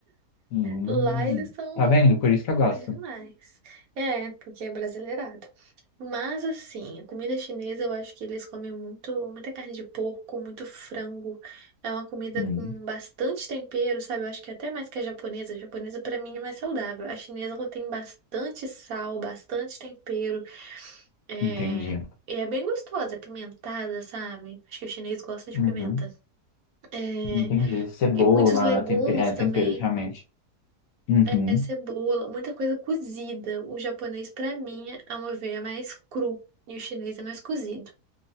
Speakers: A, on the left; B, on the right.
A: Hum,
B: Lá eles são
A: tá vendo? Por isso que eu gosto.
B: originais. É, porque é brasileirado. Mas assim, a comida chinesa eu acho que eles comem muito, muita carne de porco, muito frango. É uma comida
A: Hum,
B: com bastante tempero, sabe? Eu acho que até mais que a japonesa. A japonesa pra mim é mais saudável. A chinesa ela tem bastante sal, bastante tempero. É...
A: entendi.
B: E é bem gostosa, é pimentada, sabe? Acho que o chinês gosta de
A: Uhum,
B: pimenta. É,
A: entendi. Cebola,
B: e muitos legumes
A: tempe- é,
B: também,
A: temperos, realmente. Uhum,
B: é, cebola, muita coisa cozida. O japonês, pra mim, ao meu ver, é mais cru e o chinês é mais cozido.